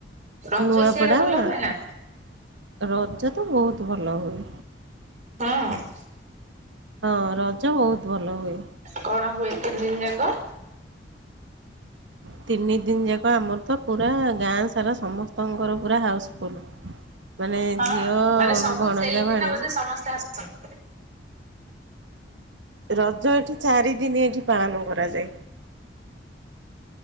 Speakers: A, on the right; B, on the right.
A: ରଜ
B: ନୂଆପଡ଼ା
A: ସିଆଡ଼େ ଭଲ ହୁଏ ନା?
B: ରଜ ତ ବହୁତ ଭଲ ହୁଏ।
A: ହୁଁ।
B: ହଁ ରଜ ବହୁତ ଭଲ ହୁଏ।
A: କଣ ହୁଏ ତିନି ଦିନ ଯାକ?
B: ତିନି ଦିନି ଯାକ ଆମର ତ ପୁରା ଗାଁ ସାରା ସମସ୍ତଙ୍କ ଘର ପୁରା ହାଉସଫୁଲ୍। ମାନେ
A: ହଁ
B: ଝିଅ
A: ମାନେ ସବୁ
B: ଭଣଜା
A: ସେଇଦିନ
B: ଭାଣିଜି
A: ବୋଧେ ସମସ୍ତେ ଆସନ୍ତି।
B: ରଜ ଏଠି ଚାରିଦିନି ଏଠି ପାଳନ କରାଯାଏ।